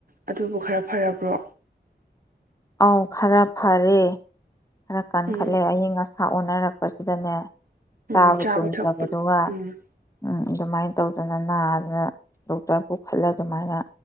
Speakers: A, on the right (about 50°); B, on the left (about 20°).
A: ꯑꯗꯨꯕꯨ ꯈꯔ ꯐꯔꯕ꯭ꯔꯣ
B: ꯑꯥꯎ ꯈꯔ ꯐꯔꯦ ꯈꯔ ꯀꯟꯈꯠꯂꯦ
A: ꯎꯝ
B: ꯑꯏꯪ ꯑꯁꯥ ꯑꯣꯅꯔꯛꯄꯁꯤꯗꯅꯦ
A: ꯎꯝ
B: ꯆꯥꯕ ꯇꯨꯃꯗꯕꯗꯨꯉ
A: ꯊꯛꯄ ꯎꯝ
B: ꯎꯝ ꯑꯗꯨꯃꯥꯏꯅ ꯇꯧꯗꯅ ꯅꯥ ꯗꯣꯛꯇꯔ ꯄꯨꯈꯥꯠ ꯑꯗꯨꯃꯥꯏꯅ